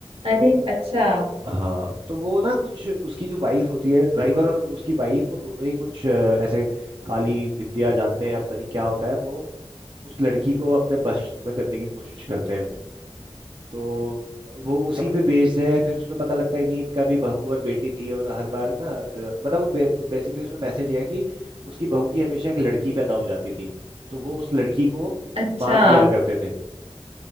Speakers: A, on the right; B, on the right.
A: तो
B: अरे अच्छा
A: हाँ तो वो ना कुछ उसकी जो वाइफ होती है ड्राइवर और उसकी वाइफ वो दोनों ही कुछ अ, ऐसे काली विद्या जानते हैं या पता नहीं क्या होता है वो उस लड़की को अपने बस में करने की कोशिश करते हैं तो वो उसी पे बेस्ड है फिर उसमें पता लगता है कि इनका भी बहू और बेटी थी और हर बार ना अ, मतलब वो बेसिकली उसमें मैसेज है कि उसकी बहू की हमेशा एक लड़की पैदा हो जाती थी तो वो उस लड़की को
B: अच्छा
A: मार दिया करते थे